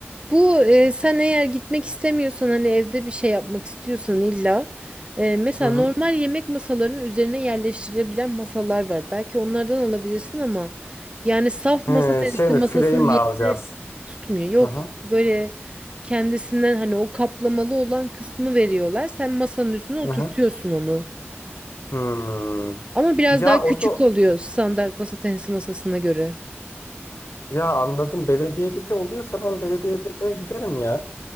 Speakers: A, on the right (about 25°); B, on the left (about 80°).
A: Bu e, sen eğer gitmek istemiyorsan hani evde bir şey yapmak istiyorsan illa e, mesela
B: Hı hı.
A: normal yemek masalarının üzerine yerleştirilebilen masalar var. Belki onlardan alabilirsin ama yani saf
B: He,
A: masa tenisi
B: şey mi
A: masasının
B: fileyi mi
A: yerini
B: alacağız?
A: tutmuyor. Yok.
B: Hı hı.
A: Böyle kendisinden hani o kaplamalı olan kısmı veriyorlar. Sen masanın üstüne oturtuyorsun
B: Hı hı.
A: onu.
B: Hmm.
A: Ama biraz
B: Ya
A: daha
B: o
A: küçük
B: da
A: oluyor standart masa tenisi masasına göre.
B: ya anladım belediyedeki oluyorsa ben belediyedekine giderim ya.